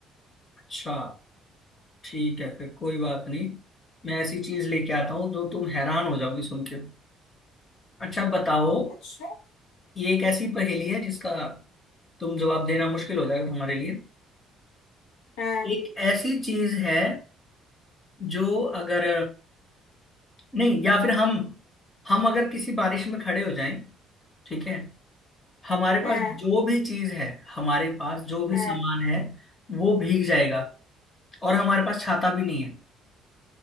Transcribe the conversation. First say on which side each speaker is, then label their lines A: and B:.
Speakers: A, on the left; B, on the left.
A: अच्छा ठीक है फिर कोई बात नहीं मैं ऐसी चीज लेके आता हूँ जो तुम हैरान हो जाओगी सुन के अच्छा बताओ
B: अच्छा
A: ये एक ऐसी पहेली है जिसका तुम जवाब देना मुश्किल हो जाएगा तुम्हारे लिए
B: हाँ
A: एक ऐसी चीज है जो अगर नहीं या फिर हम हम अगर किसी बारिश में खड़े हो जाएं ठीक है हमारे
B: हाँ
A: पास जो भी चीज है हमारे पास जो भी
B: हाँ
A: सामान है वो भीग जाएगा और हमारे पास छाता भी नहीं है